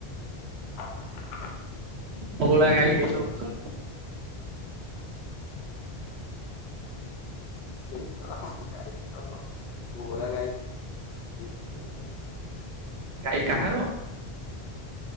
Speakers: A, on the left; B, on the right.
A: ହଁ।
B: ବୋଉଳା ଗାଈ ହେଇଥବ ତ ଆଉ।
A: ସେଇ ତ ଗାଈ ତ ବୋଉଳା ଗାଈ, ଦେଖିଆକୁ
B: ଗାଈ କାହାର?